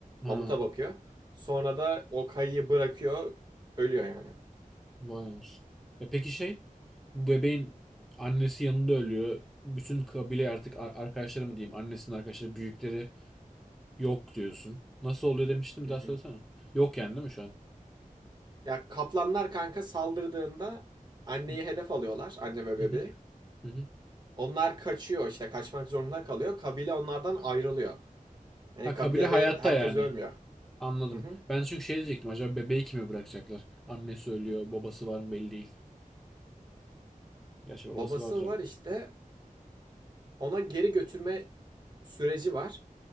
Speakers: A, in the centre; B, on the right.
A: Ha.
B: Mamuta bakıyor. Sonra da o kayayı bırakıyor. Ölüyor yani.
A: Maymunuz. E peki şey bu bebeğin annesi yanında ölüyor. Bütün kabile artık ar- arkadaşları mı diyeyim annesinin arkadaşları büyükleri yok diyorsun. Nasıl oluyor demiştin bir
B: Hı
A: daha
B: hı.
A: söylesene. Yok yani değil mi şu an?
B: Ya kaplanlar kanka saldırdığında anneyi
A: Hı
B: hedef alıyorlar. Anne ve
A: hı
B: bebeği.
A: hı. hı.
B: Onlar kaçıyor işte kaçmak zorunda kalıyor. Kabile onlardan ayrılıyor. Hani
A: Ha
B: kabilede
A: kabile hayatta
B: herkes
A: yani.
B: ölmüyor.
A: Anladım.
B: Hı hı.
A: Ben çünkü şey diyecektim acaba bebeği kime bırakacaklar? Annesi ölüyor babası var mı belli değil. Gerçi
B: Babası
A: babası vardır abi.
B: var işte ona geri götürme süreci var.